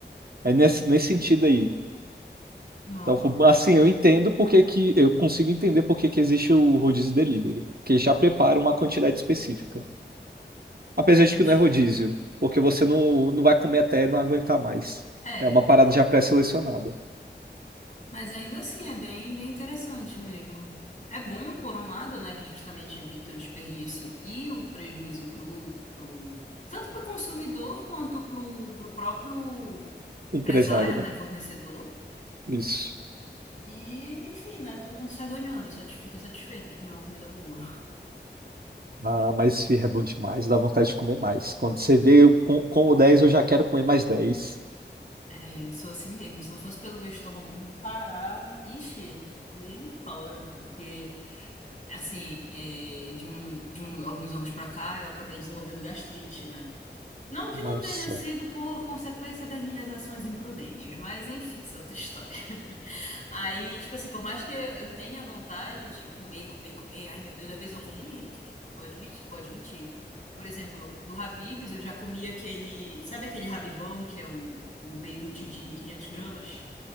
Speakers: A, on the right; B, on the left.
A: É nesse, nesse sentido aí.
B: Nossa,
A: Então, fu- assim, eu entendo porque que eu consigo entender porque que existe o rodízio delivery, que ele já prepara uma quantidade específica. Apesar
B: entendi.
A: de que não é rodízio, porque você não, não vai comer até não aguentar mais.
B: É,
A: É uma parada já pré-selecionada.
B: mas ainda assim é bem, bem interessante mesmo. É bom, por um lado, né, que justamente evita o desperdício e o prejuízo pro, pro, tanto pro consumidor quanto pro, pro próprio empresário,
A: Empresário, né?
B: né, fornecedor.
A: Isso.
B: E, enfim, né? Todo mundo sai ganhando, satis- fica satisfeito de comer uma comida boa.
A: Ah, mas firra é bom demais, dá vontade de comer mais. Quando você vê eu com, com o dez eu já quero comer mais dez
B: É, eu sou assim mesmo. Se não fosse pelo meu estômago me parar, ixi, eu ia me embora. Porque, assim, é, de, um, de um- alguns anos pra cá, eu acabei desenvolvendo gastrite, né? Não que
A: Nossa.
B: não tenha sido por consequência das minhas ações imprudentes, mas enfim, isso é outra história. Aí, tipo assim, por mais que eu eu tenha vontade de comer, comer, comer, ai meu Deus, às vezes eu como muito. Vou admitir, vou admitir. Por exemplo, do Habib's eu já comi aquele, sabe aquele Habibão que é o, o Beirute de 500 gramas?